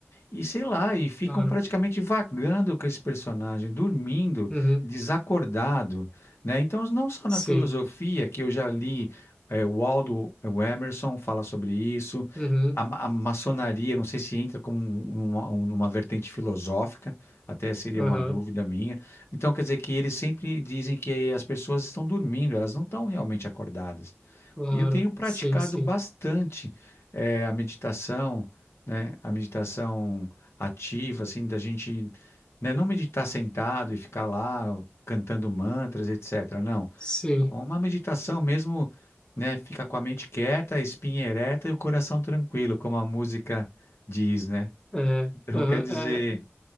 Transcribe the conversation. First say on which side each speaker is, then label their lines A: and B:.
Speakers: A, on the left; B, on the left.
A: E sei lá, e ficam
B: Claro.
A: praticamente vagando com esse personagem, dormindo,
B: Uhum.
A: desacordado, né? Então, não só na
B: Sim.
A: filosofia, que eu já li, é, o Aldo, é, o Emerson fala sobre isso,
B: Uhum.
A: a, ma- a maçonaria, não sei se entra como um- uma, um- uma vertente filosófica, até seria
B: Aham.
A: uma dúvida minha. Então, quer dizer que eles sempre dizem que as pessoas estão dormindo, elas não estão realmente acordadas.
B: Claro.
A: E eu tenho praticado
B: Sim, sim.
A: bastante eh, a meditação, né? A meditação ativa, assim, da gente, né? Não meditar sentado e ficar lá cantando mantras, etc. Não,
B: Sim.
A: uma meditação mesmo, né? Ficar com a mente quieta, a espinha ereta e o coração tranquilo, como a música diz, né?
B: É.
A: Então,
B: Aham.
A: quer dizer,
B: É.